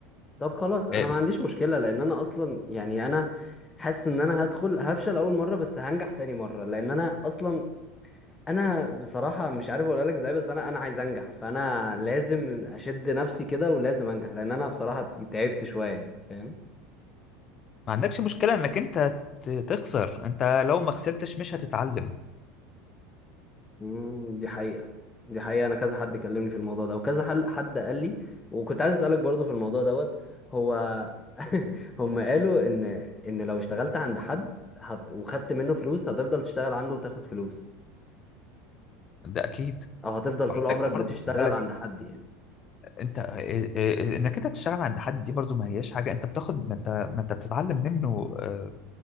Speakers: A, on the left (about 20°); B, on the left (about 40°).
A: طب خلاص انا
B: إيه،
A: ما عنديش مشكلة لان انا اصلا يعني انا حاسس ان انا هدخل هفشل اول مره بس هنجح تاني مره لان انا اصلا انا بصراحه مش عارف اقول لك ازاي بس انا انا عايز انجح فانا لازم اشد نفسي كده ولازم انجح لان انا بصراحه تعبت شويه يعني فاهم
B: ما عندكش مشكلة انك انت ت- تخسر انت لو ما خسرتش مش هتتعلم
A: امم دي حقيقه دي حقيقه انا كذا حد كلمني في الموضوع ده وكذا حل حد قال لي وكنت عايز اسالك برضو في الموضوع دوت هو <laughs> هم قالوا ان ان لو اشتغلت عند حد هت... وخدت منه فلوس هتفضل تشتغل عنده وتاخد فلوس
B: ده اكيد
A: او هتفضل
B: وعلى
A: طول عمرك
B: فكرة
A: بتشتغل
B: برضه خد بالك
A: عند حد يعني
B: انت إيه- إيه- انك انت تشتغل عند حد دي برضو ما هياش حاجه انت بتاخد ما انت ما انت بتتعلم منه آه،